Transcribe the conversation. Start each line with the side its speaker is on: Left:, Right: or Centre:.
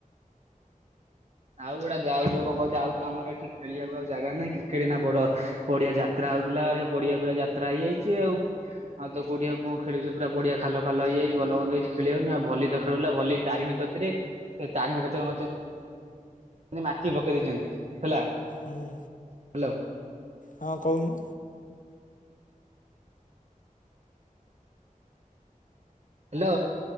Right: ଆଉ ଗୁଡ଼ା ଦେ ଆଉ ଯୋଉ କଣ କହୁଥୁଲି ଆଉ ତ ଆମର ଏଠି ଖେଳିବାକୁ ଆଉ ଜାଗା ନାଇଁ କ୍ରିକେଟ୍ ଏନା ବଡ଼ ପଡ଼ିଆ ଯାତ୍ରା ହୋଉଥୁଲା ଆ ସେ ପଡ଼ିଆ ପୁରା ଯାତ୍ରା ହେଇଯାଇଚି ଆଉ। ଆଉ ତ କୋଉଠି ଆଉ କଁ ଖେଳିଉ ସେ ପୁରା ପଡ଼ିଆ ଖାଲ ଫାଲ ହେଇଯାଇଛି ଭଲମନ୍ଦ ହେଇଚି ଖେଳି ହୋଉନି ଆଉ ଭଲି ତ ଖେଳ ହୋଉଥୁଲା ଭଲି ତାରିଣୀ କତିରେ ହେ ତାରିଣୀ କତିରେ କଁ କରିଚନ୍ ଅନେ ମାଟି ପକେଇ ଦେଇଚନ୍ତି ହେଲା।
Left: ହଁ
Right: ହ୍ୟାଲୋ
Left: ହଁ କହୁନୁ।
Right: ହେଲୋ